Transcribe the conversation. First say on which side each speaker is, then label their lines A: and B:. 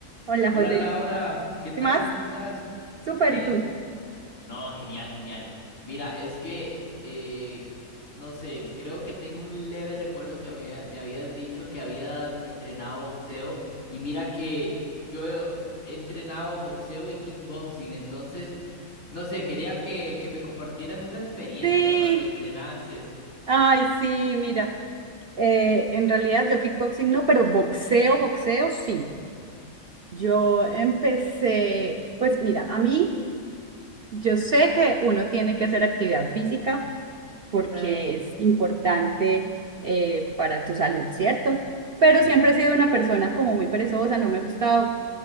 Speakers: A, on the right; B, on the left.
A: Hola,
B: Hola
A: José.
B: Laura, ¿qué tal?
A: ¿Qué más?
B: ¿Cómo estás?
A: Súper,
B: ¿Bien?
A: ¿y tú?
B: No, genial, genial. Mira, es que, eh, no sé, creo que tengo un leve recuerdo que me, me habías dicho que habías entrenado boxeo y mira que yo he entrenado boxeo y kickboxing, entonces, no sé, quería que, que me compartieras esa experiencia
A: Sí,
B: cuando entrenases,
A: ay, sí, mira, eh, en realidad yo kickboxing no, pero boxeo, boxeo sí. Yo empecé, pues mira, a mí, yo sé que uno tiene que hacer actividad física, Mm, porque es importante eh, para tu salud, ¿cierto? Pero
B: ¿correcto?
A: siempre he sido una persona como muy perezosa, no me ha gustado,